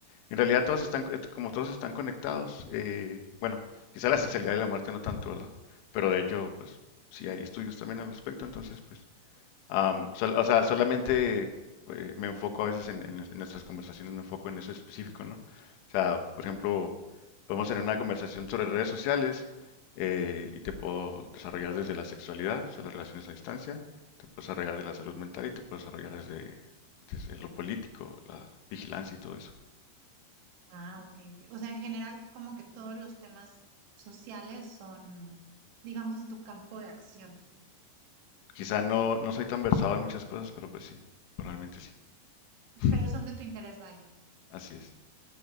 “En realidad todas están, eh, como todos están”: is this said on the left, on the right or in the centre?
Left